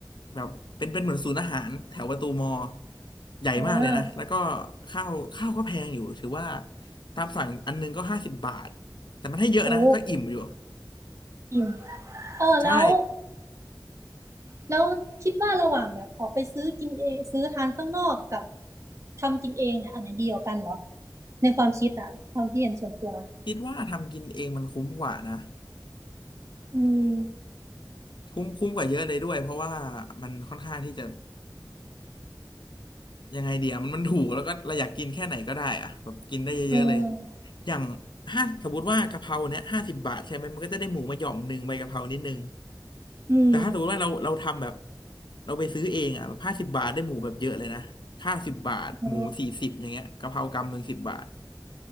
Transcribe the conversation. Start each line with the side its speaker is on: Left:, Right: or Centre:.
Left: แบบเป็นเป็นเหมือนศูนย์อาหารแถวประตูมอใหญ่มากเลยนะแล้วก็
Right: เอ่
Left: ข้าวข้าวก็แพงอยู่ถือว่าตามสั่งอันนึงก็ห้าสิบบาทแต่มันให้เยอะนะก็อิ่มอยู่
Right: โอ้อิ่มเออแล้ว
Left: ใช่
Right: แล้วคิดว่าระหว่างแบบออกไปซื้อกินเองซื้อทานข้างนอกกับทำกินเองเนี่ยอันไหนดีกว่ากันเหรอในความคิดอะความคิดเห็นส่วนตัว
Left: คิดว่าทำกินเองมันคุ้มกว่านะ
Right: อืม
Left: คุ้มคุ้มกว่าเยอะเลยด้วยเพราะว่ามันค่อนข้างที่จะ ยังไงเดียวมันมันถูกแล้วก็เราอยากกินแค่ไหนก็ได้อะแบบกินได้เยอะๆเลย
Right: เออ
Left: อย่างห้าสมมติว่ากะเพราเนี้ยห้าสิบบาทใช่ไหมมันก็จะได้หมูมาหย่อมหนึ่งใบกะเพรานิดนึง
Right: อืม
Left: แต่ถ้าสมมติว่าเราเราทำแบบเราไปซื้อเองอ่ะแบบห้าสิบบาทได้หมูแบบเยอะเลยนะข้าวสิบบาทหมูสี่สิบอย่างเงี้ยกะเพรากำหนึ่งสิบบาท
Right: เออ